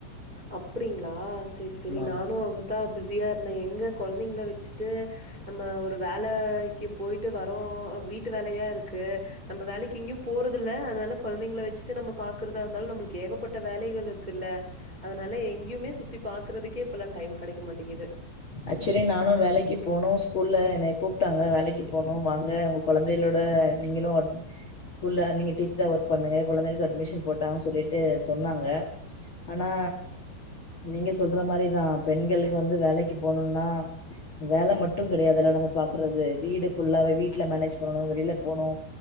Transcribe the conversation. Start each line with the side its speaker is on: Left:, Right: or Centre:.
Right: அப்படிங்களா ஆஹ் செரி செரி
Left: ஆமா
Right: நானும் அவரு தா பிஸியா இரு எங்க குழந்தைங்கள வச்சுட்டு நம்ம ஒரு வேலைக்கு போயிட்டு வரோம் வீட்டு வேலையா இருக்கு நம்ம வேலைக்கு எங்கேயும் போறது இல்ல அதனால கொழந்தைங்கள வச்சுட்டு நம்ம பாக்குறதா இருந்தாலும் நம்மளுக்கு ஏகப்பட்ட வேலைகள் இருக்குல்ல அதனால எங்கயுமே சுத்தி பாக்குறதுக்கே இப்பல்லாம் டைம் கெடைக்க மாட்டேங்குது
Left: ஆக்சுவலி நானும் வேலைக்கு போனும் ஸ்கூல்ல என்ன கூப்பிட்டாங்க வேலைக்கு போகனும் வாங்க உங்க குழந்தைகளோட நீங்களும் ஸ்கூல்ல நீங்க டீச்சரா ஒர்க் பண்ணுங்க குழந்தைகளுக்கு அட்மிஷன் போட்டாங்கு சொல்லிட்டு சொன்னாங்க ஆனா நீங்க சொல்ற மாதிரிதான் பெண்களுக்கு வந்து வேலைக்கு போனும்னா வேலை மட்டும் கிடையாதுெல்ல நம்ம பாக்குறது வீடு புல்லாவ வீட்டுல மேனேஜ் பண்ணணும் வெளியில போகணும்